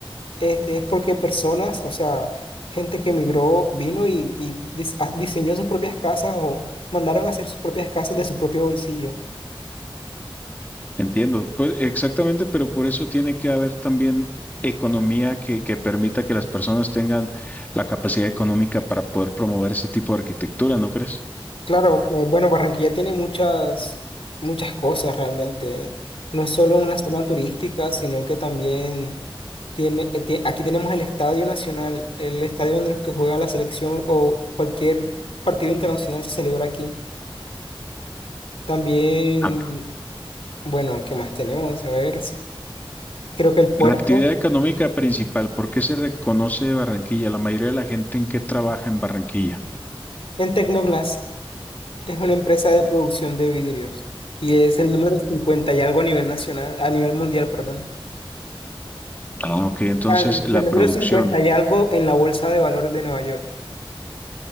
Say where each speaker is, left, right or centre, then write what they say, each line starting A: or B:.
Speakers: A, on the left; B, on the left.
A: este, es porque personas, o sea, gente que emigró, vino y, y dis- a- diseñó sus propias casas o mandaron a hacer sus propias casas de su propio bolsillo.
B: entiendo. Pues exactamente, pero por eso tiene que haber también economía que, que permita que las personas tengan la capacidad económica para poder promover ese tipo de arquitectura, ¿no crees?
A: Claro, eh, bueno, Barranquilla tiene muchas, muchas cosas realmente. No es solo una zona turística, sino que también tiene, eh, tie- aquí tenemos el Estadio Nacional, el estadio donde los que juega la selección o cualquier partido internacional se celebra aquí. También,
B: Ah,
A: bueno, ¿qué más tenemos? A ver, sí. creo que el puerto
B: La actividad económica principal, ¿por qué se reconoce Barranquilla? La mayoría de la gente en qué trabaja en Barranquilla.
A: en Tecnoglass es una empresa de producción de vidrios y es el número 50 y algo a nivel nacional, a nivel mundial, perdón.
B: Ah, ok, entonces
A: Ah, El
B: la
A: el
B: producción.
A: número 50 y algo en la bolsa de valores de Nueva York.